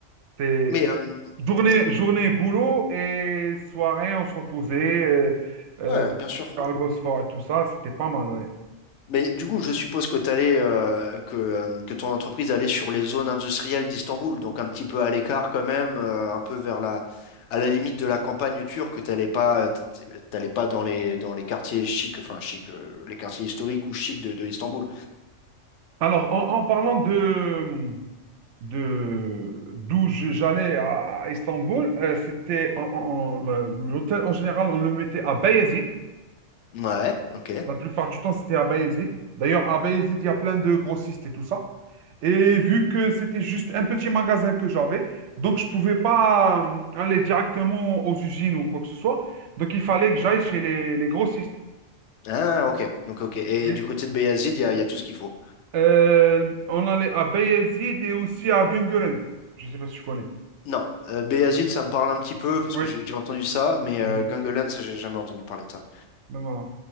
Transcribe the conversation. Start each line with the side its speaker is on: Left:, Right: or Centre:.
Right: C'était
Left: Mais euh,
Right: journée,
Left: t-
Right: journée, boulot et soirée, on se reposait euh, euh,
Left: ouais, bien sûr.
Right: dans le Bosphore et tout ça, c'était pas mal, ouais.
Left: Mais du coup, je suppose que t'allais, euh, que, euh, que ton entreprise allait sur les zones industrielles d'Istanbul, donc un petit peu à l'écart quand même, euh, un peu vers la, à la limite de la campagne turque. T'allais pas, euh, t- t- t'allais pas dans les, dans les quartiers chics, enfin chics, euh, les quartiers historiques ou chics de, de Istanbul.
Right: Alors, en, en parlant de, de d'où je- j'allais à, à Istanbul, euh, c'était en- en- en- le- l'hôtel en général, on le mettait à Bayezid.
Left: Ouais, ok.
Right: La plupart du temps, c'était à Bayezid. D'ailleurs, à Bayezid, il y a plein de grossistes et tout ça. Et vu que c'était juste un petit magasin que j'avais, donc je pouvais pas euh, aller directement aux usines ou quoi que ce soit. Donc il fallait que j'aille chez les, les grossistes.
Left: Ah, ok, donc ok. Et,
Right: Et,
Left: et du côté de Beyazid, il y a, il y a tout ce qu'il faut.
Right: euh, on allait à Bayezid et aussi à Güngören. Je sais pas si tu connais.
Left: Non, euh, Beyazid, ça me parle un petit peu parce
Right: Oui.
Left: que j'ai j'ai entendu ça, mais euh,
Right: Mhm.
Left: Göngölen, ça, j'ai jamais entendu parler de ça.
Right: Donc, voilà.